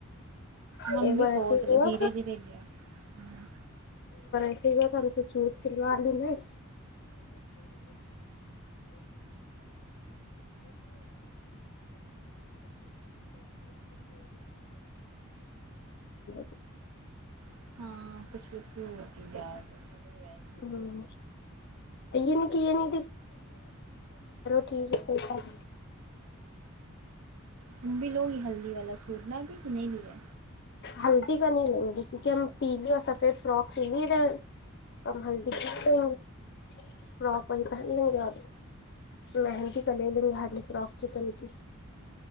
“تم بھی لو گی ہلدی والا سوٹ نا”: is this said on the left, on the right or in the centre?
Right